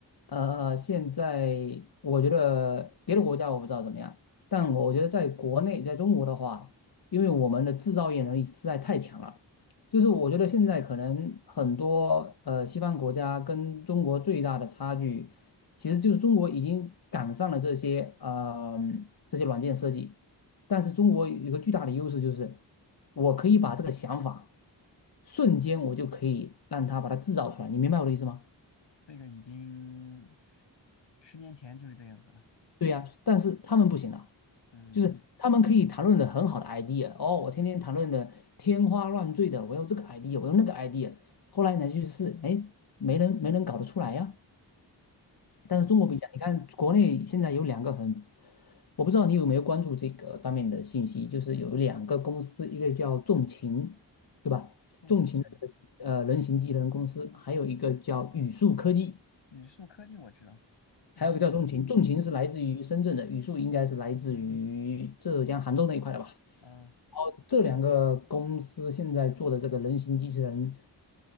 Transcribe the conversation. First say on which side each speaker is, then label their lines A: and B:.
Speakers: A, on the left; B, on the left.
A: 呃，呃现在我觉得别的国家我不知道怎么样，但我觉得在国内，在中国的话，因为我们的制造业能力实在太强了，就是我觉得现在可能很多呃西方国家跟中国最大的差距，其实就是中国已经赶上了这些呃这些软件设计。但是中国有个巨大的优势就是，我可以把这个想法瞬间我就可以让他把它制造出来，你明白我的意思吗？
B: 这个已经十年前就是这样子了，
A: 对呀，但是他们不行啊，
B: 嗯
A: 就是他们可以谈论的很好的 idea，哦，我天天谈论的天花乱坠的，我有这个 idea，我有那个 idea，后来呢去试，哎，没人没人搞得出来呀、但是中国不一样，
B: 嗯，
A: 你看国内现在有两个很，我不知道你有没有关注这个方面的信息，就是有两个公司，一个叫重秦，对吧？
B: 重情
A: 重秦的这个呃人形机器人公司，还有一个叫宇树科技，
B: 语数科技我知道，自信
A: 还有一个叫重秦。重秦是来自于深圳的，宇树应该是来自于浙江杭州那一块的吧？
B: 嗯、啊
A: 哦，这两个公司现在做的这个人形机器人，